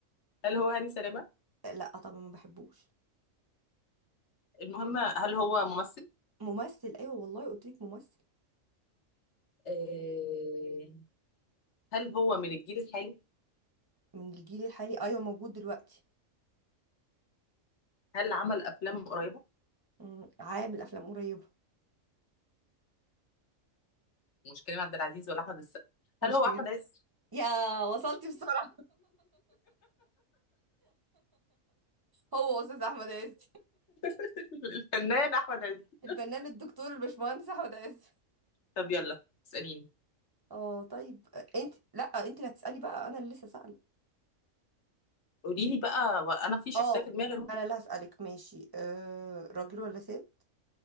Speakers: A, on the left; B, on the right.
A: هل هو هاني سلامه
B: لا طبعا ما بحبوش
A: المهم هل هو ممثل
B: ممثل ايوه والله قلت لك ممثل
A: آه، هل هو من الجيل الحالي
B: من الجيل الحالي ايوه موجود دلوقتي
A: هل عمل افلام قريبه
B: مم، عامل افلام قريبه
A: مش كريم عبد العزيز ولا احمد السقا
B: مش
A: هل هو
B: كده
A: احمد عز
B: يا وصلتي بسرعة هو أستاذ أحمد عز
A: <laughs> الفنان احمد عز
B: <laughs> الفنان الدكتور الباشمهندس أحمد عز
A: طب يلا اساليني
B: اه طيب انت لا انت اللي هتسألي بقى أنا اللي لسه سائلة
A: قولي لي بقى انا في شخصيه
B: اه
A: في دماغي هو
B: أنا اللي هسألك ماشي أه... راجل ولا ست